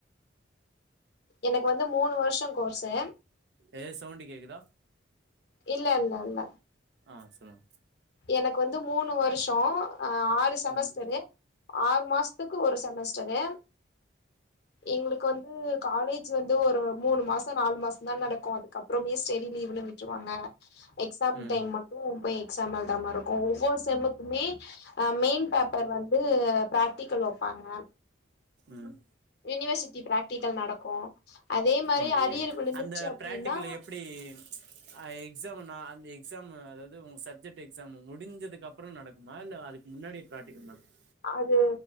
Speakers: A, on the left; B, on the right.
A: எனக்கு வந்து மூணு வருசோ கோர்ஸு
B: எ சவுண்ட் கேட்குதா
A: இல்ல இல்ல இல்ல
B: ஆ சொல்லுங்க
A: எனக்கு வந்து மூணு வருஷோ ஆறு செமஸ்டரு
B: ம்
A: ஆறு மாசத்துக்கு ஒரு செமஸ்டரு எங்களுக்கு வந்து காலே ஜ்ஜு வந்து ஒரு மூணு மாசோ நாலு மாசோ தா நடக்கு அதுக்கப்புரோமே ஸ்டடி லீவ்னு விட்டுருவாங்க எக்ஸாம்
B: ம்
A: டைம்
B: ம்
A: மட்டு போய் எக்ஸாம் ஏழுதுற மாரி இருக்கு ஒவ்வொரு செமுகுமே அ மெயின் பேப்பர் வந்து பிராக்டிக்கல் வப்பாங்க
B: ம்
A: யூனிவர்சிட்டி பிரக்டிக்கல் நடக்கு அதே மாரி
B: ஓகே
A: அரியர் விழுந்துருச்சு
B: அந்த
A: அப்டின்னா
B: பிராக்டிகல் எப்டி அ எக்ஸாம்மு அ எக்ஸாம்மு அதாவது உங்க சப்ஜெக்ட் எக்ஸாம்மு முடிஞ்சதுக்கு அப்புரோ நடக்குமா இல்ல அதுக்கு முன்னாடி பிராக்டிகல் நடக்
A: அது